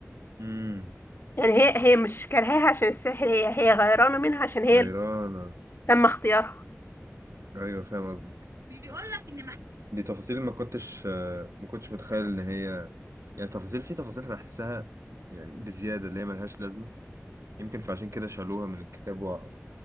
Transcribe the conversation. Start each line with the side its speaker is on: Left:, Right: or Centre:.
Right: مم.
Left: يعني هي هي مش كارهاها عشان السحر هي هي غيرانة منها عشان هي
Right: غيرانة
Left: اللي تم اختيارها
Right: أيوة فاهم قصدك بيقول لك ان مح... دي تفاصيل ما كنتش آه، ما كنتش متخيل إن هي يعني تفاصيل في تفاصيل أنا بحسها يعني بزيادة اللي هي ملهاش لازمة يمكن فعشان كده شالوها من الكتاب وما